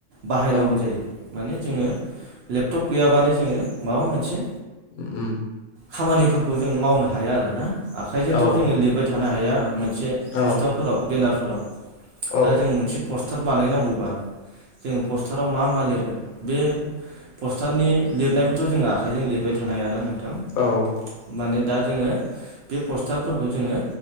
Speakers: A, on the right; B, on the left.
A: बाहायनांगौ
B: औ
A: जायो माने जोङो लेपटप गैयाबानो जोङो माबा मोनसे
B: उम
A: खामानिफोरखौ जों मावनो हाया आरोना आखाइजोंथ'
B: औ
A: जोङो लिरबाय थानो हाया। से पटारफोराव
B: औ
A: बेनारफोराव
B: औ
A: दा जों मोनसे पस्टार बानायनांगौबा जों पस्टाराव मा मा लिरगोन बे पस्टारनि लिरनायखौथ' जोङो आखाइजों लिरबाय थानो हायाना नोंथां?
B: औ
A: माने दा जोङो बे पस्टारफोरखौ जोङो